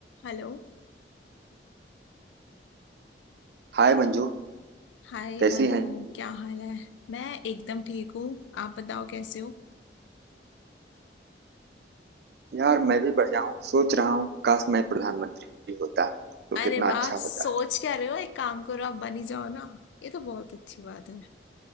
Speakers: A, on the left; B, on the right.
A: Hello
B: हाय मंजू
A: Hi
B: कैसी
A: Bhanu
B: हैं
A: क्या हाल है मैं एकदम ठीक हूँ आप बताओ कैसे हो
B: यार मैं भी बढ़िया हूँ सोच रहा हूँ काश मैं प्रधानमंत्री होता तो
A: अरे
B: कितना
A: वाह
B: अच्छा होता
A: सोच क्या रहे हो एक काम करो आप बन ही जाओ ना ये तो बहुत अच्छी बात है